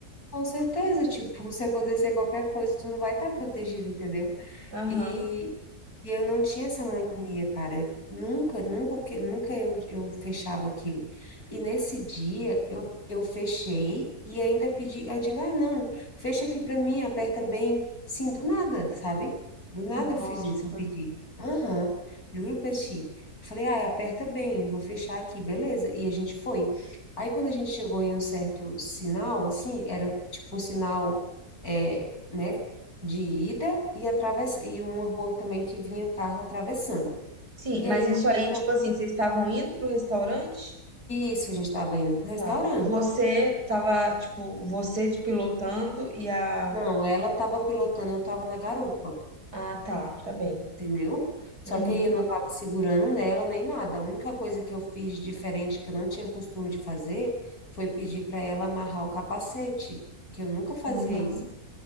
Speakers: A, on the left (about 65°); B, on the right (about 85°).
A: Com certeza, tipo, se acontecer qualquer coisa, tu não vai estar protegido, entendeu?
B: Aham.
A: E, e eu não tinha essa mania, cara. Nunca, nunca, que- nunca eu, eu fechava aquilo. E nesse dia eu, eu fechei e ainda pedi, eu digo, ah, não, fecha aqui para mim, aperta bem. Sim, do nada, sabe? Do nada
B: Nossa.
A: eu fiz isso, eu pedi. Aham, juro pra ti. Falei, ah, aperta bem, vou fechar aqui, beleza. E a gente foi. Aí quando a gente chegou em um certo sinal, assim, era tipo um sinal, é, né? de ida e atravessa e uma rua também que vinha carro atravessando.
B: Sim,
A: E
B: mas
A: aí
B: isso
A: quando
B: aí,
A: ela-
B: tipo assim, vocês estavam indo pro restaurante?
A: isso, a gente estava indo pro restaurante.
B: Tá. Você tava, tipo, você de pilotando e a.
A: Não, ela estava pilotando, eu estava na garupa,
B: Ah, tá, tá bem.
A: entendeu? Só
B: Uhum,
A: que aí eu não estava segurando nela nem nada. A única coisa que eu fiz diferente que eu não tinha costume de fazer foi pedir para ela amarrar o capacete, que eu nunca fazia
B: uhum.
A: isso,